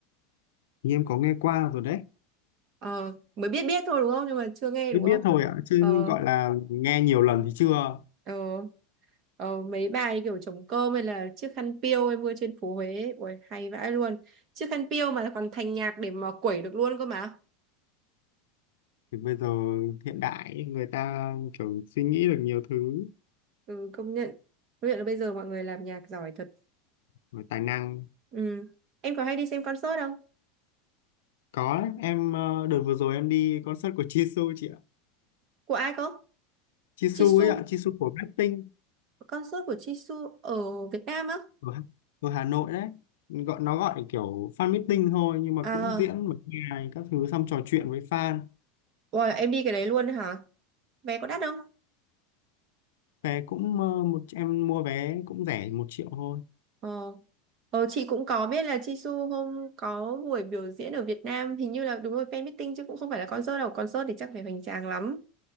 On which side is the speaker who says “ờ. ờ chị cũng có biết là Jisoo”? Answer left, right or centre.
Right